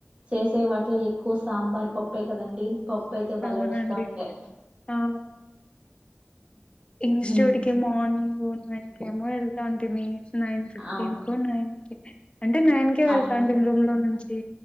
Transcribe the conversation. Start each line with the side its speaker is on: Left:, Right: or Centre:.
Right: చేసే వాట్లో ఎక్కువ సాంబార్, పప్పే కదండి. పప్పు అయితే భలే
Left: అవునండి
Right: వస్తా ఉండే
Left: ఆ ఇన్స్టిట్యూట్
Right: మ్మ్
Left: కి మార్నింగ్ నైట్ కెమో వెళ్తాంటిమి నైన్ ఫిఫ్టీన్
Right: ఆ
Left: కొ నైన్కి అంటే నైన్ కేే వెళ్తాంటిమి
Right: అవునండి
Left: రూమ్ లో నుంచి